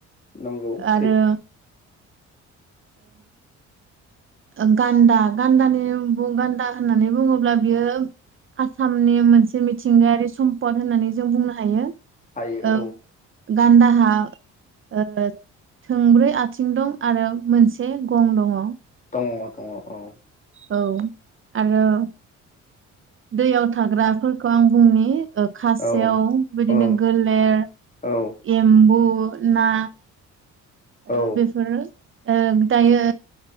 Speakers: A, on the left; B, on the right.
A: नंगौ
B: आरो
A: सैथो
B: ओ गान्दा गान्दानि बुं गान्दा होननानै बुङोब्ला बियो आसामनि मोनसे मिथिंगायारि सम्पद होननानै जों बुंनो हायो।
A: हायो
B: ओ
A: औ।
B: गान्दाहा ओ थोंब्रै आथिं दं आरो मोनसे गं दङ'।
A: दङ दङ औ।
B: औ आरो दैयाव थाग्राफोरखौ आं बुंनि ओ खासेयाव
A: औ
B: बिदिनो
A: औ
B: गोलेर
A: औ
B: एमबु, ना ओ
A: औ
B: बेफोरो ओ दायो